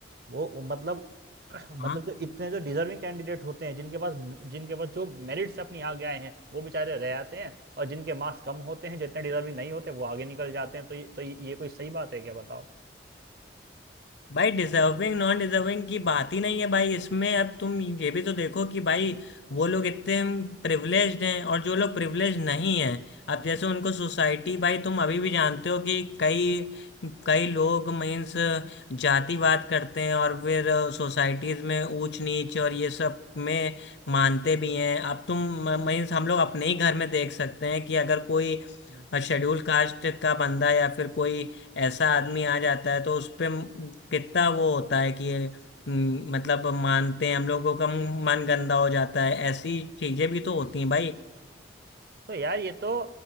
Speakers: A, on the right; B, on the left.
A: वो उ- मतलब <clears throat> मतलब
B: हाँ?
A: जो इतने जो डिजर्विंग कैंडिडेट होते हैं जिनके पास जिनके पास जो मेरिट से अपनी आगे आए हैं वो बेचारे रह जाते हैं और जिनके मार्क्स कम होते हैं जितने डिजर्विंग नहीं होते वो आगे निकल जाते हैं तो ये तो ये ये कोई सही बात है क्या बताओ
B: भाई डिजर्विंग नॉन डिजर्विंग की बात ही नहीं है भाई इसमें अब तुम ये भी तो देखो कि भाई वो लोग इतने प्रिविलेज्ड हैं और जो लोग प्रिविलेज्ड नहीं हैं अब
A: हम्म,
B: जैसे उनको सोसाइटी भाई तुम अभी भी जानते हो कि कई कई लोग मीन्स जातिवाद करते हैं और फिर सोसाइटीज में ऊंच नीच और ये सब में
A: हम्म,
B: मानते भी हैं अब तुम
A: हम्म,
B: मीन्स हम लोग अपने ही घर में देख सकते हैं कि अगर कोई
A: हम्म,
B: और शेड्यूल कास्ट का बंदा या फिर कोई ऐसा आदमी आ जाता है तो उस पे म- कितना वो होता है कि ये म, मतलब मानते हैं हम लोगों का मन गंदा हो जाता है ऐसी चीजें भी तो होती
A: हम्म।
B: हैं भाई
A: तो यार ये तो